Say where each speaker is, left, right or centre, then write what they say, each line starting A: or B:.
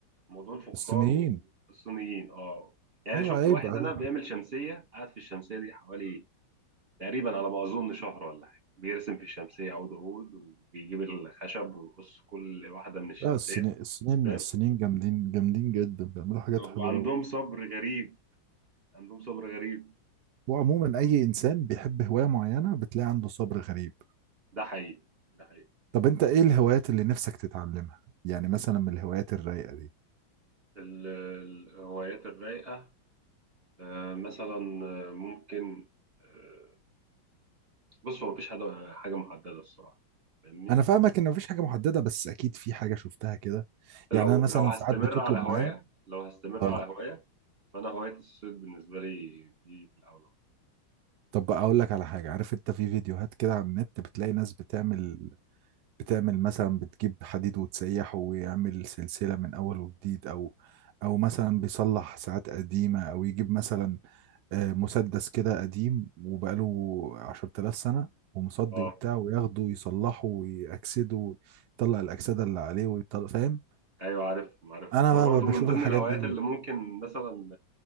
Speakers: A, on the right; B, on the right.
A: موضوع الفخار
B: الصينيين
A: والصينيين اه يعني
B: ايوه
A: شفت
B: عيب
A: واحد
B: عليك
A: انا بيعمل شمسيه قاعد في الشمسيه دي حوالي تقريبا على ما اظن شهر ولا حاجه بيرسم في الشمسيه عود عود وبيجيب الخشب ويقص كل واحده من الشمسيه
B: لا الصيني الصينيين
A: فاهم
B: الصينيين جامدين جامدين جدا بيعملوا حاجات
A: آه،
B: حلوة
A: وعندهم
B: أوي
A: صبر غريب عندهم صبر غريب
B: وعموما اي انسان بيحب هواية معينة بتلاقي عنده صبر غريب
A: ده حقيقي ده حقيقي
B: طب انت ايه الهوايات اللي نفسك تتعلمها يعني مثلا من الهوايات الرايقة دي
A: ال- الهوايات الرايقه آه، مثلا آه، ممكن آه، بص هو مفيش حاجه حاجه محدده الصراحه فاهمني
B: انا فاهمك ان مفيش حاجة محددة بس اكيد في حاجة شفتها كده
A: لو
B: يعني انا مثلا
A: لو هستمر
B: ساعات بتطلب
A: على هواية
B: معايا
A: لو هستمر
B: اه
A: على هواية فأنا هواية الصيد بالنسبة لي دي في الأول
B: طب بقى اقول لك على حاجه عارف انت في فيديوهات كده على النت بتلاقي ناس بتعمل بتعمل مثلا بتجيب حديد وتسيحه ويعمل سلسله من اول وجديد او او مثلا بيصلح ساعات قديمه او يجيب مثلا آه، مسدس كده قديم وبقاله 10000 سنه ومصدي
A: اه
B: وبتاع وياخده ويصلحه ويأكسده يطلع الأكسدة اللي عليه ويطلع فاهم
A: ايوه عارف عارف
B: انا
A: انا
B: بقى
A: برضو
B: بقى بشوف
A: من ضمن
B: الحاجات
A: الهوايات
B: دي ب-
A: اللي ممكن مثلا